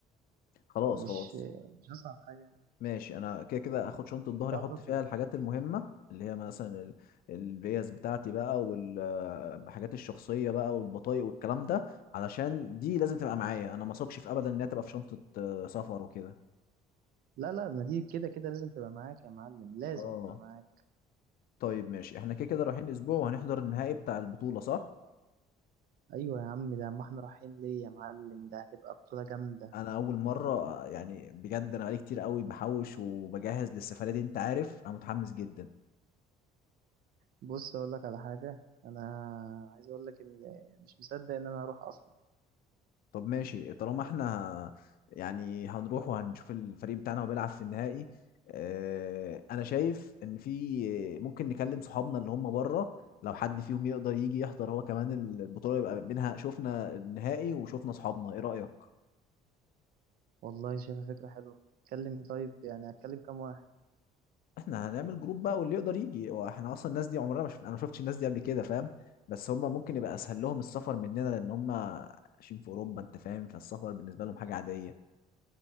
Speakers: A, on the left; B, on the right.
A: خلاص
B: مش
A: خلاص
B: مش هصعب حاجة يعني
A: ماشي انا كده كده اخد شنطه ظهري
B: لا
A: احط
B: تطلع
A: فيها الحاجات المهمه اللي هي مثلا ال- الفيز بتاعتي بقى والحاجات الشخصيه بقى والبطايق والكلام ده علشان دي لازم تبقى معايا انا ما اثقش في ابدا ان هي تبقى في شنطه آه، سفر وكده
B: لا لا ما دي كده كده لازم تبقى معاك يا معلم لازم
A: اه
B: تبقى معاك
A: طيب ماشي احنا كده كده رايحين اسبوع وهنحضر النهائي بتاع البطوله صح
B: ايوه يا عم ده ما احنا رايحين ليه يا معلم ده هتبقى بطولة جامدة
A: انا اول مره آه، يعني بجد انا بقالي كتير قوي بحوش وبجهز للسفريه دي انت عارف انا متحمس جدا
B: بص اقول لك على حاجة انا عايز اقول لك ان مش مصدق ان انا هروح اصلا
A: طب ماشي طالما احنا يعني هنروح وهنشوف الفريق بتاعنا وبيلعب في النهائي اه انا شايف ان في ممكن نكلم صحابنا اللي هم بره لو حد فيهم يقدر يجي يحضر هو كمان البطولة يبقى بينها شفنا النهائي وشفنا صحابنا ايه رأيك
B: والله شايفها فكرة حلوة اتكلم طيب يعني اتكلم كام واحد
A: احنا هنعمل جروب بقى واللي يقدر يجي واحنا اصلا الناس دي عمرنا ما شف... انا ما شفتش الناس دي قبل كده فاهم بس هم ممكن يبقى اسهل لهم السفر مننا لان هم عايشين في اوروبا انت فاهم فالسفر بالنسبة لهم حاجة عادية